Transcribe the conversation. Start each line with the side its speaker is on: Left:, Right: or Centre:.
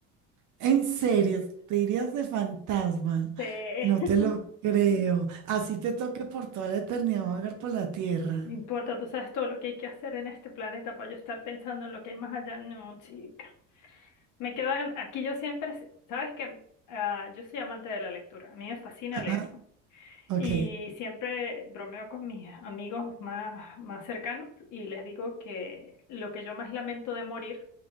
Right: En serio, te irías de fantasma.
Left: Sí,
Right: No te lo
Left: <laughs>
Right: creo. Así te toque por toda la eternidad vagar por la tierra.
Left: no importa, tú sabes todo lo que hay que hacer en este planeta para yo estar pensando en lo que hay más allá. No, chica. Me quedan, aquí yo siempre, s- sabes que ah, yo soy amante de la lectura, a mí me fascina
Right: Ajá,
Left: leerlo.
Right: ok.
Left: Y siempre bromeo con mis amigos más, más cercanos y les digo que lo que yo más lamento de morir